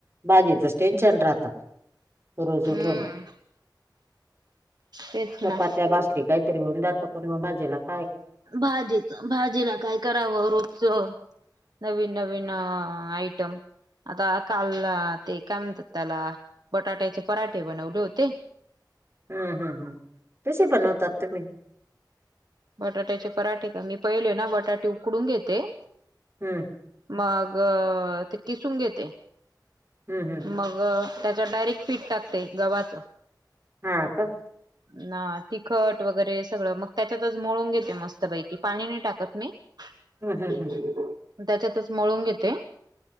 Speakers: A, on the right (about 35°); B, on the right (about 65°).
A: बाजीतच टेन्शन राहत. रोज उठून
B: हम्म तेच
A: चपात्याास.
B: ना
A: काहीतरी होऊ जात पण मग बाजे लाग.
B: भाजीच भाजीला काय करावं रोजच. नवीन नवीन आयटम. आता काल ते काय म्हणतात त्याला बटाट्याचे पराठे बनवले होते.
A: हम्म हम् हम कशी बनवतात तुम्ही.
B: बटाट्याचे पराठे का मी पहिले ना बटाटे उकडून घेते.
A: हम्म.
B: मग ते किसून घेते
A: हम्म हम्म
B: मग. त्याचा डायरेक्ट पीठ टाकते गव्हाचं.
A: हा का.
B: ना तिखट वगैरे सगळं मग त्या त्याच्यातळून घेते मस्त पैकी पाणी नाही टाकत मी.
A: हम्म हम्म
B: त्याच्यातच
A: हम्म
B: मळून घेते